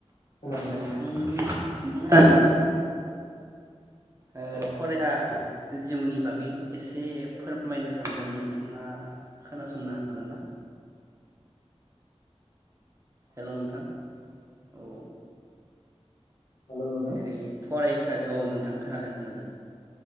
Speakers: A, on the left; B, on the right.
A: खोनादों नोंथां
B: नोंथांनि आं ओ फराया जिउनि बागै एसे फोरमायनो सानदों, नोंथाङा खोनासंनो हागोन ना? हेल नोंथां। औ।
A: हेलौ नोंथां।
B: जेरै फरायसा औ नोंथां खोनादों खोनादों